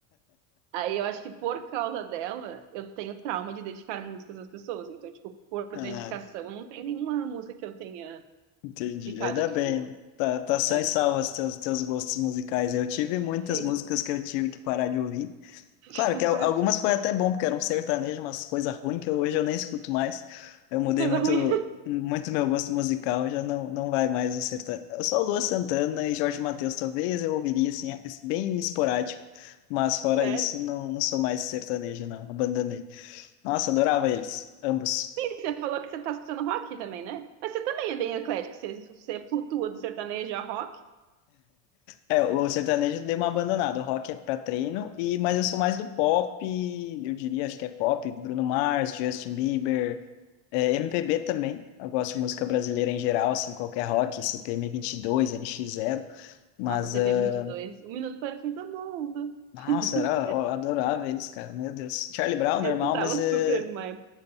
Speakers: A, on the right; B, on the left.
A: Aí eu acho que por causa dela, eu tenho trauma de dedicar músicas às pessoas. Então, tipo, por
B: Ah,
A: dedicação, não tem nenhuma música que eu tenha
B: entendi.
A: ficado,
B: Ainda
A: tipo,
B: bem, né? Tá, tá só
A: ah,
B: em salvo os teus, teus gostos musicais. Eu tive muitas
A: gente,
B: músicas que eu tive que parar de ouvir.
A: <laughs>
B: Claro que al- algumas foi até bom, porque era um sertanejo, umas coisas ruins que eu- hoje eu nem escuto mais. Eu mudei
A: coisa
B: muito
A: ruim,
B: muito meu gosto musical, já não, não vai mais um sertanejo. Só Lua Santana e Jorge Mateus, talvez eu ouviria, assim, bem esporádico. Mas fora
A: <laughs> sério.
B: isso, não, não sou mais sertanejo, não. Abandonei. Nossa, adorava eles, ambos.
A: Sim, você falou que você tá escutando rock também, né? Mas você também é bem eclético, você, você flutua do sertanejo a rock.
B: É, o sertanejo deu uma abandonada. O rock é pra treino, e mas eu sou mais do pop, eu diria, acho que é pop, Bruno Mars, Justin Bieber, é, MPB também. Eu gosto de música brasileira em geral, assim, qualquer rock, CPM 22, NX zero Mas,
A: Nossa, CPM
B: ah,
A: 22, Um Minuto para o Fim do Mundo.
B: nossa,
A: <laughs>
B: era, eu adorava eles, cara, meu Deus. Charlie Brown, normal,
A: Eu escutava
B: mas eh,
A: super numa